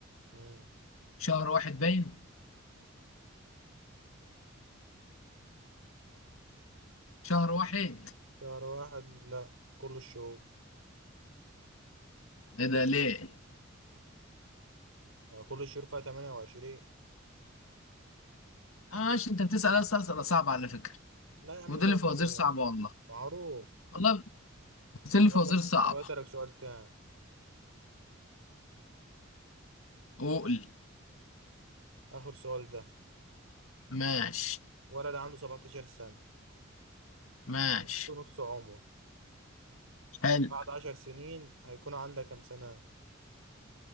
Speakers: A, on the right (about 85°); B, on the left (about 80°).
A: مم.
B: شهر واحد باين؟ شهر واحد؟
A: شهر واحد لا كل الشهور
B: ايه ده ليه؟
A: آه، كل الشهور فيها 28
B: اه ماشي انت بتسأل اسئلة صعبة على فكرة
A: لا يا عم
B: ودول
A: صعب
B: فوازير
A: كده
B: صعبة والله
A: معروف
B: والله سل
A: طب
B: فوازير
A: أسأل
B: صعبة
A: طب أسألك سؤال تاني
B: عقل
A: آخر سؤال ده
B: ماشي
A: ولد عنده 17 سنة
B: ماشي
A: في نص عمره
B: حلو
A: بعد 10 سنين هيكون عندها كام سنة؟